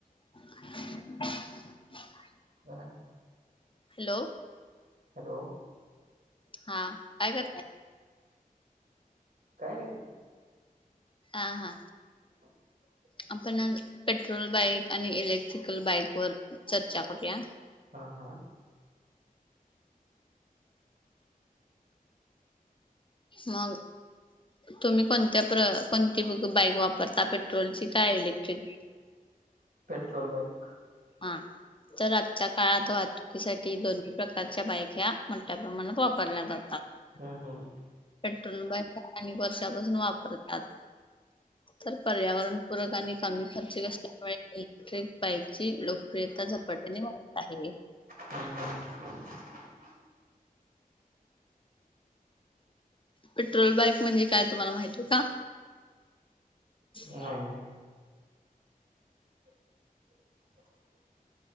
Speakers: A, on the left; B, on the right.
A: <inaudible>
B: झाला की.
A: Hello
B: hello
A: हा काय करताय?
B: काय नाही
A: आ हा.
B: <inaudible>
A: आपण आज पेट्रोल बाईक आणि इलेक्ट्रिकल बाईक वर चर्चा करूया.
B: हा हा.
A: मग तुम्ही कोणत्या प्र कोणती ब बाईक वापरता पेट्रोलची काय इलेक्ट्रिक?
B: <inaudible> पेट्रोल बाईक
A: आं तर आजच्या काळात तू की साठी दोन्ही प्रकारच्या बायक्या मोठ्या प्रमाणात वापरल्या जातात.
B: हम्म हम्म.
A: पेट्रोल बाईक आणि वर्षापासून वापरतात. तर पर्यावरणपूरक आणि कमी खर्च असल्यामुळे इलेक्ट्रिक बाईक ची लोकप्रियता झपाट्याने वाढत आहे.
B: हम्म हम्म.
A: पेट्रोल बाईक म्हणजे काय तुम्हाला माहितीय का? नाय.
B: नाही नाही <inaudible>